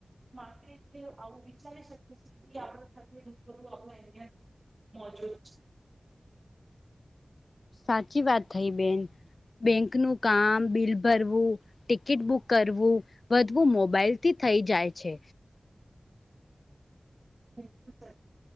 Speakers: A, on the right; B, on the left.
A: માટે આવું વિચારી શકીએ છે. આપ બું આપ અહિયાં જ મોજો છે.
B: સાચી વાત થઈ બેન બેંક નું કામ બિલ ભરવું. ટિકિટ બુક કરવું વધવું મોબાઈલ થી થઈ જાય છે.
A: બ સા